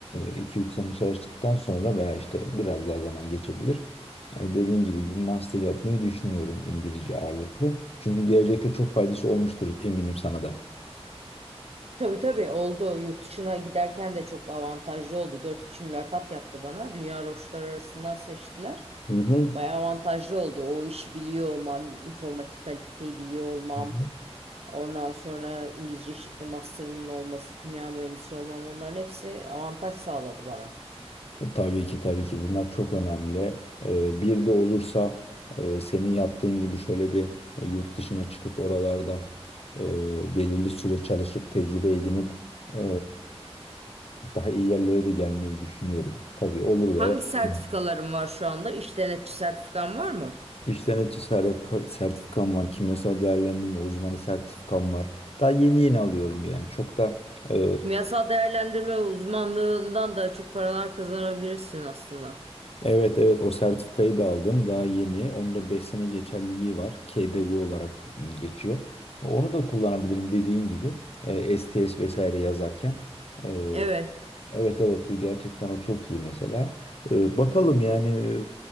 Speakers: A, on the left (about 65°); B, on the right (about 70°).
A: iki üç sene çalıştıktan sonra veya işte biraz daha zaman geçebilir. E, dediğin gibi bir master yapmayı düşünüyorum İngilizce ağırlıklı. Çünkü gelecekte çok faydası olmuştur eminim sana da.
B: Tabii tabii oldu. Yurt dışına giderken de çok avantajlı oldu. Dört kişi mülakat yaptı bana. Dünya roşları arasından seçtiler.
A: Hı
B: Bayağı avantajlı oldu. O işi biliyor olmam, informatik kaliteyi biliyor olmam.
A: hı.
B: Ondan sonra İngilizce işletme master'ımın olması, kimya mühendisi olmam onların hepsi avantaj sağladı bana.
A: Tabii ki tabii ki bunlar çok önemli. Ee, Bir de olursa e, senin yaptığın gibi şöyle bir e, yurt dışına çıkıp oralarda e, belirli süre çalışıp tecrübe edinip e, daha iyi yerlere de gelmeyi düşünüyorum. Tabii olur
B: Hangi
A: veya
B: sertifikaların
A: olmaz.
B: var şu anda? İş denetçi sertifikan var mı?
A: İş denetçi sertifika- sertifikam var. Kimyasal değerlendirme uzmanı sertifikam var. Daha yeni yeni alıyorum yani. Çok da e,
B: Kimyasal değerlendirme uzmanlığından da çok paralar kazanabilirsin aslında.
A: Evet evet o sertifikayı da aldım daha yeni. Onun da 5 sene geçerliliği var. KDV olarak m, geçiyor. Onu da kullanabilirim dediğin gibi. E, STS vesaire yazarken. E,
B: Evet,
A: evet evet gerçekten o çok iyi mesela. E, bakalım yani